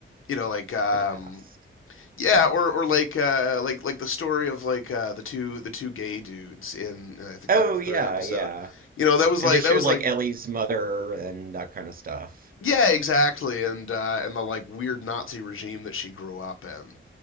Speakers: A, on the left (about 85°); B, on the right (about 45°).
A: you know, like, um,
B: in the past.
A: Yeah, or or like uh, like like the story of like uh, the two the two gay dudes in uh, I think
B: Oh
A: like the
B: yeah,
A: third episode.
B: yeah.
A: You know that was
B: And
A: like
B: they showed
A: that was
B: like
A: like
B: Ellie's mother and that kind of stuff.
A: yeah exactly and uh, and the like weird Nazi regime that she grew up in.